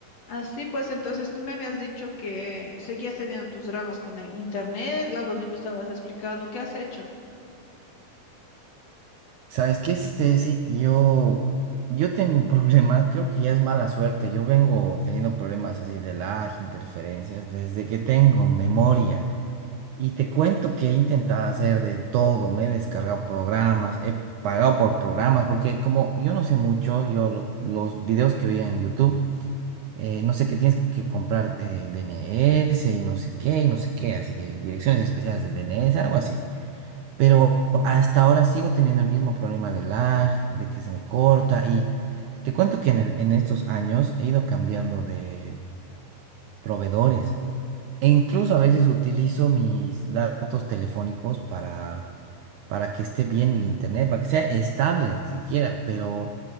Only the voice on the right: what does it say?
¿Sabes qué, Ceci? Yo, yo tengo un <laughs> problema, creo que ya es mala suerte. Yo vengo teniendo problemas así de lag, interferencias, desde que tengo memoria. Y te cuento que he intentado hacer de todo, me he descargado programas, he pagado por programas, porque como yo no sé mucho, yo lo- los videos que veía en YouTube, eh, no sé qué tienes que comprar eh, D N S y no sé qué, y no sé qué, así, direcciones especiales de D N S algo así. Pero hasta ahora sigo teniendo el mismo problema de lag, de que se me corta y te cuento que en, el- en estos años he ido cambiando de proveedores e incluso a veces utilizo mis datos telefónicos para, para que esté bien el internet, para que sea estable siquiera, pero